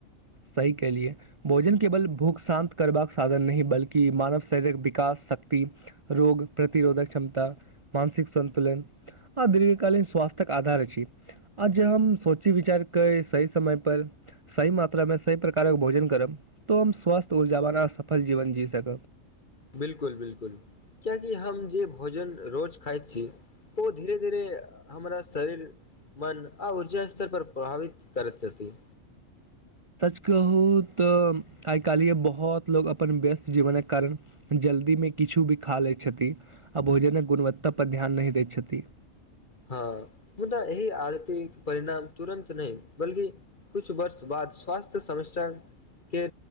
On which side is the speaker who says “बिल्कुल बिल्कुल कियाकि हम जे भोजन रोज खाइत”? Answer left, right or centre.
Left